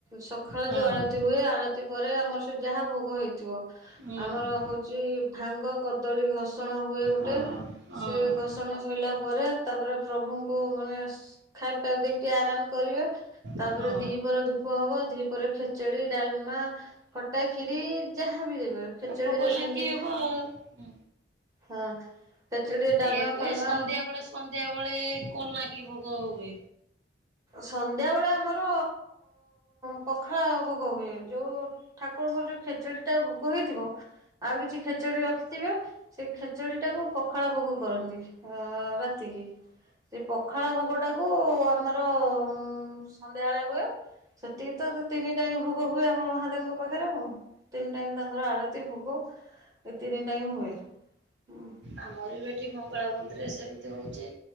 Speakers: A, on the right; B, on the right.
A: ସକାଳେ
B: ହଁ
A: ଯୋଉ ଆଳତି ହୁଏ ଆଳତି ପରେ ଆମର ସେ ଯାହା ଭୋଗ ହେଇଥିବ
B: ହୁଁ।
A: ଆମର ହଉ ଚି ଭାଙ୍ଗ କଦଳୀ ଘର୍ଷଣ ହୁଏ ଗୋଟେ
B: ହଁ
A: ସେ ଘସଣ ଶଇଲା ପରେ ତାପରେ ପ୍ରଭୁଙ୍କୁ ମାନେ ଖାଇ ପାକୁ ଦେଇକି ଟିକେ ଆରାମ କରିବେ। ତାପରେ
B: ହଁ
A: ଦି ପଅରେ ଧୂପ ହବ ଦି ପଅରେ ଖେଚେଡି ଡାଲମା ଖଟା ଖି଼ରି ଯାହା ବି ଦେବେ ଖେଚୁଡିରେ
B: ଭୋଗ ଲାଗି
A: ସେମତି
B: ହବ ଆଉ।
A: ହଁ। ଖେଚେଡି ଡାଲମା
B: ଏୟାକୁ
A: ଫାଲମା
B: ଏ ସନ୍ଧ୍ୟା ବେଳେ ସନ୍ଧ୍ୟା ବେଳେ କଲାଗି ଭୋଗ ହୁଏ।
A: ସନ୍ଧ୍ୟାବେଳେ ଆମର ପଖାଳ ଭୋଗ ହୁଏ ଯୋଉ ଠାକୁରଙ୍କର ଯୋଉ ଖେଚଡି ଟା ଭୋଗ ହେଇଥିବ ଆଉ କିଛି ଖେଚଡି ରଖି ଥିବେ ସେ ଖେଚୁଡି ଟାକୁ ପଖାଳ ଭୋଗ କରନ୍ତି ଅ ରାତିକି। ସେ ପଖାଳ ଭୋଗ ଟାକୁ ଆମର ଉଁ ସନ୍ଧ୍ୟାବେଳେ ହୁଏ। ସେତିକି ତ ତ ତିନି ଟାଇମ୍ ଭୋଗ ହୁଏ ଆମ ମହାଦେବଙ୍କ ପାଖେରେ ଆଉ। ତିନି ଟାଇମ୍ ତାଙ୍କର ଆଳତି ଭୋଗ ଏ ତିନି ଟାଇମ୍ ହୁଏ ହୁଁ।
B: ଆମର ବି ଏଠି ମଙ୍ଗଳା ମନ୍ଦିରେ ସେମ୍ତି ହୋଉଚି।